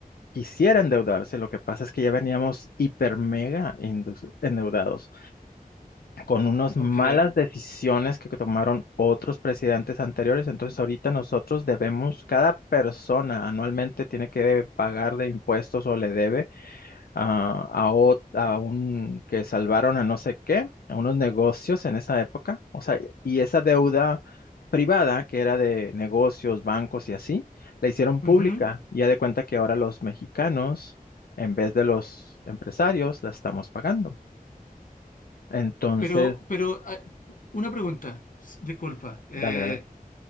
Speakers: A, on the left; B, on the left.
A: quisiera endeudarse, lo que pasa es que ya veníamos hiper mega indus- endeudados con unas malas
B: ok.
A: decisiones que tomaron otros presidentes anteriores, entonces ahorita nosotros debemos, cada persona anualmente tiene que pagar de impuestos o le debe a, a, ot- a un que salvaron a no sé qué, a unos negocios en esa época, o sea, y esa deuda privada que era de negocios, bancos y así, la hicieron pública.
B: Ujú.
A: Ya de cuenta que ahora los mexicanos, en vez de los empresarios, la estamos pagando. Entonces,
B: Pero, pero ah, una pregunta, s- disculpa. Eh,
A: dale, dale.